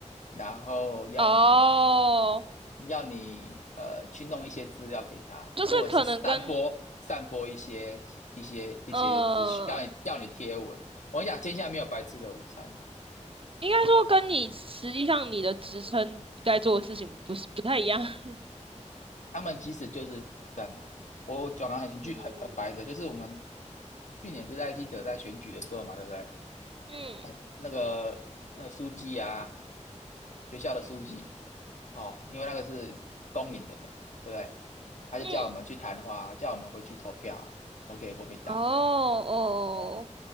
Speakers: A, on the left; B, on the right.
A: 然后要你
B: 哦，
A: 要你呃去弄一些资料给他，
B: 就是可能跟
A: 或者是散播散播一些一些一些资讯，
B: 呃，
A: 让你要你贴文。我跟你讲，天下没有白吃的午餐啊
B: 应该说跟你实际上你的职称该做的事情不是不太一样。<laughs>
A: 他们其实就是统战嘛。我讲得很句很很白的，
B: 嗯
A: 就是我们去年不是艾希特在选举的时候嘛，对不对？
B: 嗯
A: 他那个那个书记啊，学校的书记哦，因为那个是公营的嘛，对不对？他就叫我们去谈话啊，
B: 嗯，
A: 叫我们回去投票啊，投给国民党啊。
B: 哦哦
A: 对啊，